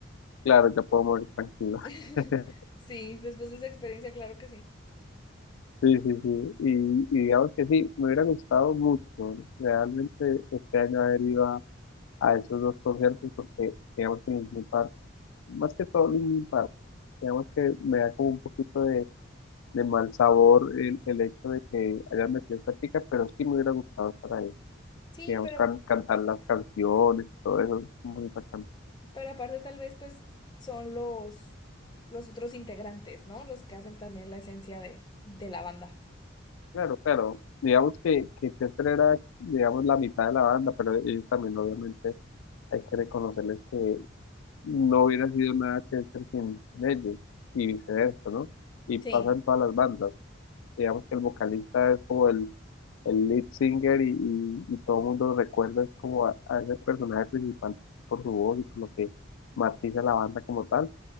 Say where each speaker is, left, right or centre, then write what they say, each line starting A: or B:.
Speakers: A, on the left (about 80°); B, on the left (about 20°).
A: Claro, ya puedo morir tranquilo.
B: <laughs>
A: <laughs>
B: Sí, después de esa experiencia, claro que sí.
A: Sí, sí, sí. Y, y digamos que sí, me hubiera gustado mucho realmente este año haber ido a, a esos dos conciertos porque digamos que Linkin Park, más que todo Linkin Park, digamos que me da como un poquito de, de mal sabor el, el hecho de que hayan metido esta chica, pero sí me hubiera gustado estar ahí.
B: Sí,
A: Digamos,
B: pero,
A: can- cantar las canciones, todo eso, muy bacano.
B: pero aparte tal vez pues son los, los otros integrantes, ¿no? Los que hacen también la esencia de, de la banda.
A: Claro, claro. Digamos que, que Chester era, digamos, la mitad de la banda, pero ellos también, obviamente, hay que reconocerles que no hubiera sido nada Chester sin, sin ellos, y viceversa, ¿no? Y pasa
B: Sí,
A: en todas las bandas. Digamos que el vocalista es como el, el lead singer y, y, y todo el mundo recuerda es como a, a ese personaje principal por su voz y por lo que matiza la banda como tal,